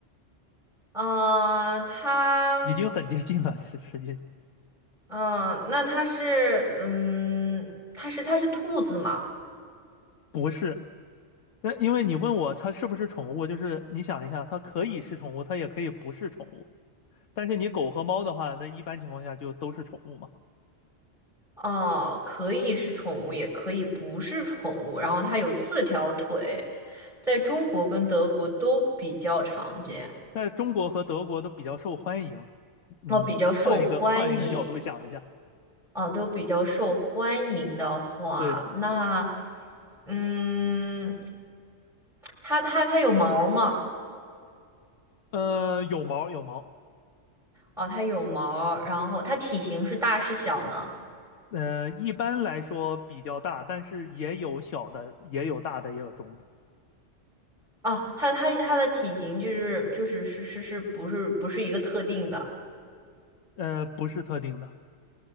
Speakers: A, in the centre; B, on the left.
A: 啊，它。
B: 已经很接近了，实实际上
A: 嗯，那它是，嗯，它是它是兔子嘛？
B: 不是。那因为你问我它是不是宠物，就是你想一下，它可以是宠物，它也可以不是宠物。但是你狗和猫的话，那一般情况下就都是宠物嘛。
A: 哦，可以是宠物，也可以不是宠物。然后它有四条腿，在中国跟德国都比较常见，
B: 在中国和德国都比较受欢迎。嗯，
A: 哦，比较受欢迎，
B: 换一个换一个角度想一下，
A: 哦，都比较受欢迎的话，
B: 对的，
A: 那，嗯，它它它有毛吗？
B: 呃，有毛有毛，
A: 哦，它有毛，然后它体型是大是小呢？
B: 呃，一般来说比较大，但是也有小的，也有大的，也有中的，
A: 啊，它它它的体型就是就是是是是不是不是一个特定的。
B: 呃，不是特定的，